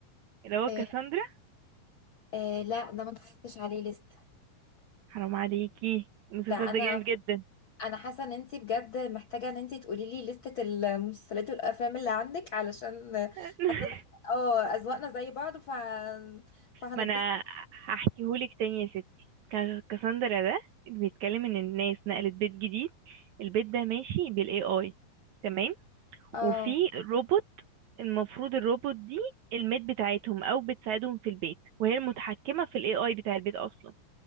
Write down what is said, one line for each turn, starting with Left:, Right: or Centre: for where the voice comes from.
Right: اللي هو
Left: آه
Right: كاساندرا
Left: آه لا ده ما اتفرجتش عليه لسه
Right: حرام عليكي المسلسل
Left: ده انا
Right: ده جامد جدا
Left: انا حاسه ان انت بجد محتاجه ان انت تقولي لي لسته المسلسلات والافلام اللي عندك علشان
Right: <laughs>
Left: حاسه ان احنا اه اذواقنا زي بعض ف فهنتبسط
Right: ما انا هحكيهولك تاني يا ستي كا- كاساندرا ده بيتكلم ان الناس نقلت بيت جديد البيت ده ماشي بالاي اي تمام وفي
Left: اه
Right: روبوت المفروض الروبوت دي الميت بتاعتهم او بتساعدهم في البيت وهي المتحكمة في الاي اي بتاع البيت اصلا